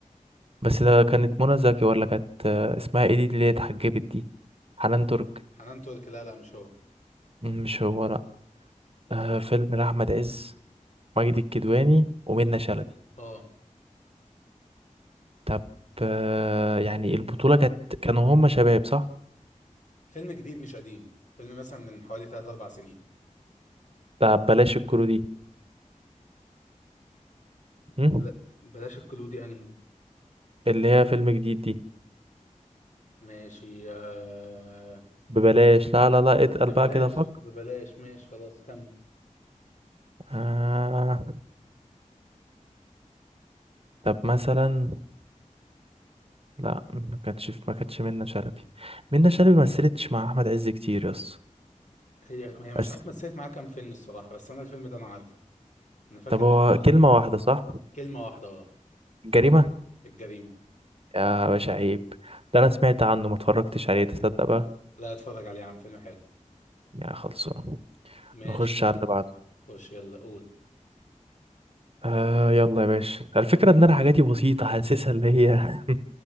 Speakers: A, on the right; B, on the left.
A: بس ده كانت منى زكي ولا كانت آه، اسمها ايه دي اللي هي اتحجبت دي حنان ترك
B: حنان ترك لا لا مش هو
A: مم، مش هو لا آه فيلم لأحمد عز ماجد الكدواني ومنى شلبي
B: اه
A: طب آه يعني البطولة كانت كانوا هما شباب صح
B: فيلم جديد مش قديم فيلم مثلا من حوالي 3 4 سنين
A: طب بلاش الكرو دي مم؟
B: بلا... بلاش الكلو دي انهي
A: اللي هي فيلم جديد دي
B: ماشي آه...
A: ببلاش لا لا لا اتقل
B: ببلاش
A: بقى كده فك
B: ببلاش ماشي خلاص كمل
A: آه طب مثلا لا ما كانتش ما كانتش منى شلبي منى شلبي ما مثلتش مع احمد عز كتير يس
B: هي هي مش
A: بس
B: عارف مثلت معاه كام فيلم الصراحة بس انا الفيلم ده انا عارفه انا فاكر
A: طب هو
B: دخلته سينما
A: كلمة واحدة صح
B: كلمة واحدة اه
A: جريمة
B: الجريمة
A: يا باشا عيب ده أنا سمعت عنه ما اتفرجتش عليه تصدق بقى
B: لا اتفرج عليه يا عم فيلم حلو
A: يا خلصان
B: ماشي
A: نخش على اللي بعده
B: خش يلا قول
A: آه يلا يا باشا الفكرة إن أنا حاجاتي بسيطة حاسسها اللي هي <laughs>